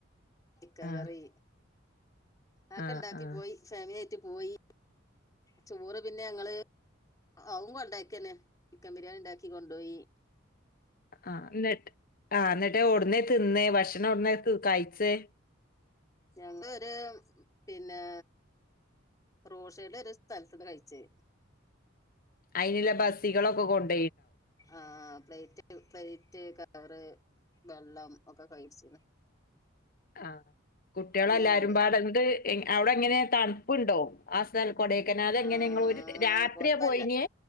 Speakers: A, on the left (about 20°); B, on the left (about 45°).
A: ചിക്കൻ
B: ആ
A: കറി. ആക്കെ
B: ആ
A: ഇണ്ടാക്കി
B: ആ
A: പോയി ഫാമിലി ആയിട്ട് പോയി ചോറ് പിന്നെ ഞങ്ങള്. അതും കൊണ്ടായിക്കന്നെ ചിക്കൻ ബിരിയാണി ഉണ്ടാക്കി കൊണ്ടു പോയി.
B: ആഹഹ് എന്നിട്ട് ആ എന്നിട്ട് എവടന്നേ തിന്ന ഭക്ഷണം എവടെനെ കഴചെ.
A: ഞങ്ങൊ ഒരു പിന്നെ. റോഷയുടെ ഒരു സ്ഥലത്തന്ന് കഴിച്ചെ
B: അയിനുള്ള ബസ്സികളൊക്കെ കൊണ്ട്
A: ആഹ് പ്ലേയിറ്റ് പ്ലേയിറ്റ് കവറ് വെള്ളം ഒക്കെ കൈ വെച്ചി
B: ആഹ് കുട്ടികളെല്ലാരും
A: എല്ലാം കൊണ്ടോയി
B: പാടെണ്ട് എന്ത് അവിടെ എങ്ങനെ തണുപ്പുണ്ടോ ആ സ്ഥല കൊടേക്കനാല് എങ്ങനെ
A: ആ
B: നിങ്ങള് ഒരു രാത്രിയ
A: കൊഴപ്പല്ല
B: പോയിന്